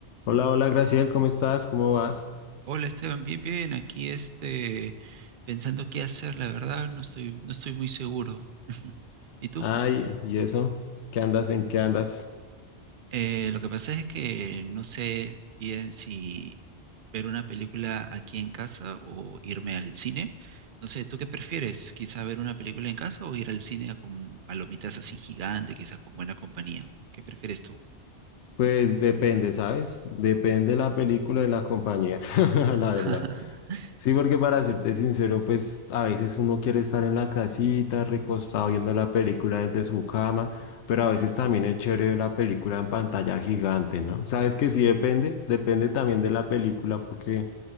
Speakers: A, on the left; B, on the right.
A: Hola, hola, Graciel, ¿cómo estás? ¿Cómo vas?
B: Hola Esteban, bien, bien, aquí este, pensando qué hacer, la verdad, no estoy, no estoy muy seguro. <laughs> ¿Y tú?
A: Ay, ¿y eso? ¿Qué andas? ¿En qué andas?
B: Eh, lo que pasa es que no sé bien si ver una película aquí en casa o irme al cine. No sé, ¿tú qué prefieres? ¿Quizá ver una película en casa o ir al cine con palomitas así gigantes, quizás con buena compañía? ¿Qué prefieres tú?
A: Pues depende, ¿sabes? Depende la película de la compañía, <laughs> la verdad.
B: <laughs>
A: Sí, porque para serte sincero, pues a veces uno quiere estar en la casita, recostado viendo la película desde su cama, pero a veces también es chévere ver la película en pantalla gigante, ¿no? ¿Sabes que sí depende? Depende también de la película, porque